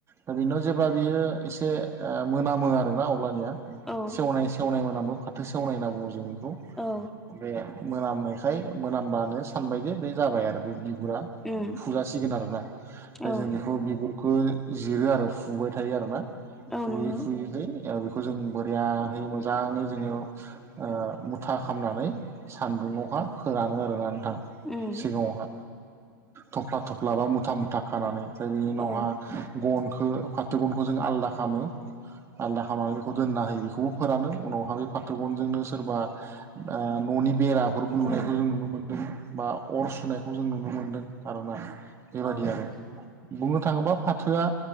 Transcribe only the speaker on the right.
दा बेनि उनाव जेब्ला बियो एसे ओ मोनामो आरोना अब्लानिया
सेवनाय सेवनाय मोनामो फाथो सेवनाय होनना बुङो जों बेखौ
बे मोनामनायखाय मोनामबानो सानबाय जे बे जाबाय आरो बे बिगुरा
फुजासिगोन आरोना ओमफ्राय
जों बेखौ बिगुरखौ जिरो आरो फुबाय थायो आरो ना।
फुयै
फुयैहै ओ बेखौ जों बोरियहै मोजाङै जोङो ओ मुथा खामनानै सान्दुंङावहा फोरानो आरोना नोंथां
सिगाङावहा थफ्ला थफ्ला बा मुथा मुथा खानानै ओमफ्राय बिनि उनावहा
गनखौ फाथो गनखौ जों आलादा खामो। आलदा खालामनानै बेखौ दोनना होयो बेखौबो फोरानो उनावहा बे फाथो गनजोंनो सोरबा आ न'नि बेरा अरबो लुनायखौ
जों नुनो मोन्दों बा अर सुनायखौ जों नुनो मोन्दों आरोना। बेबादि
आरो
बुंनो थाङोब्ला फाथोआ